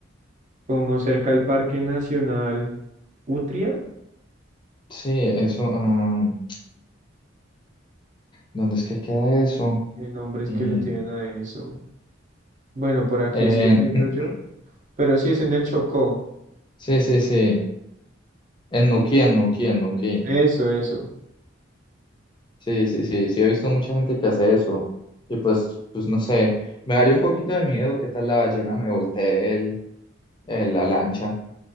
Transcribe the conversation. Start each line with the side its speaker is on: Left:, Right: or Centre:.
Right: Como cerca al Parque Nacional Utria,
Left: sí, eso. am, ¿dónde es que queda eso?
Right: ¿qué nombres
Left: Eh,
Right: que le tienen a eso? Bueno, por aquí
Left: en-
Right: estoy viendo yo,
Left: <clears throat>
Right: pero sí es en el Chocó.
Left: sí, sí, sí. En Nuquí, en Nuquí, en Nuquí.
Right: Eso, eso.
Left: Sí, sí, sí. Sí, he visto mucha gente que hace eso. Y pues, pues no sé. Me daría un poquito de miedo que tal la ballena me voltee el, el- la lancha.